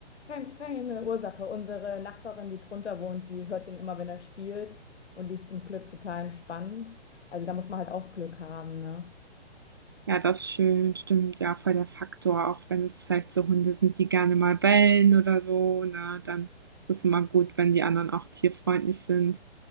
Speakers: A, on the left; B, on the right.
A: Kein, keine Ursache. Unsere Nachbarin, die drunter wohnt, die hört ihn immer, wenn er spielt. Und die ist zum Glück total entspannt. Also da muss man halt auch Glück haben, ne?
B: Ja, das ist schön, stimmt. Ja, voll der Faktor, auch wenn es vielleicht so Hunde sind, die gerne mal bellen oder so, ne, dann ist es immer gut, wenn die anderen auch tierfreundlich sind.